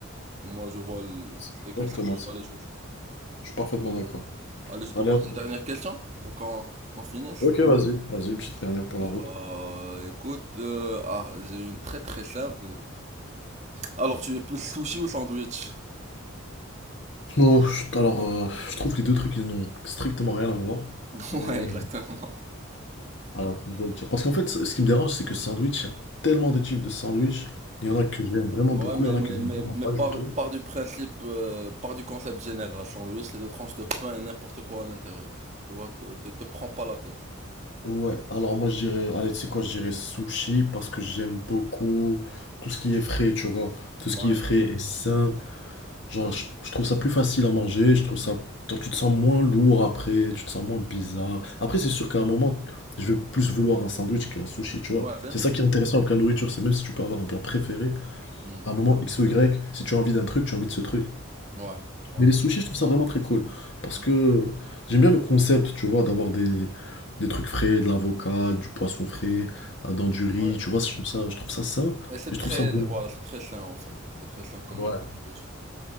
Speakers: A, on the right (about 35°); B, on the left (about 60°).
A: Et moi, je vois, le-
B: C'est
A: c'est comme
B: exactement
A: ça que je vois
B: ça.
A: les choses.
B: Je suis parfaitement d'accord.
A: Allez, je te
B: Allez,
A: pose
B: à toi.
A: une dernière question pour qu'on, pour qu'on finisse.
B: Ok, vas-y. Vas-y, petite dernière pour la route.
A: Bah, écoute, euh, ah, j'ai une très très simple. Alors, tu es plus sushi ou sandwich?
B: Oh, je- alors, euh, je trouve que les deux trucs, ils n'ont strictement rien à voir.
A: <laughs>
B: Mais... euh,
A: Ouais, exactement.
B: Alors, je dois le dire. Parce qu'en fait, ce ce qui me dérange, c'est que sandwich, il y a tellement de types de sandwich. Il y en a que j'aime vraiment
A: Ouais,
B: beaucoup,
A: mais,
B: il y en a
A: mais,
B: que j'aime
A: mais,
B: vraiment
A: mais
B: pas
A: par,
B: du tout.
A: par du principe, euh, par du concept général, sandwich, c'est deux tranches de pain et n'importe quoi à l'intérieur. Tu vois, te, te, te prends pas la tête.
B: Ouais, alors moi je dirais, allez, tu sais quoi, je dirais sushi parce que j'aime beaucoup tout ce qui est frais, tu vois, tout
A: Ouais.
B: ce qui est frais et sain. Genre, je, je trouve ça plus facile à manger, je trouve ça, genre, tu te sens moins lourd après, tu te sens moins bizarre. Après, c'est sûr qu'à un moment, je vais plus vouloir un sandwich qu'un sushi, tu vois.
A: Ouais, bien
B: C'est
A: sûr.
B: ça qui est intéressant avec la nourriture, c'est même si tu peux avoir un plat préféré,
A: Hmm.
B: à un moment X ou Y, si tu as envie d'un truc, tu as envie de ce truc.
A: Ouais, ouais.
B: Mais les sushis, je trouve ça vraiment très cool. Parce que j'aime bien le concept, tu vois, d'avoir des, des trucs frais, de l'avocat, du poisson frais, euh, dans du riz,
A: Ouais.
B: tu vois, je trouve ça, je trouve ça sain
A: Et c'est
B: et je
A: très,
B: trouve ça bon.
A: voilà, c'est très sain en fait. C'est très sain comme
B: Ouais,
A: comme nourriture.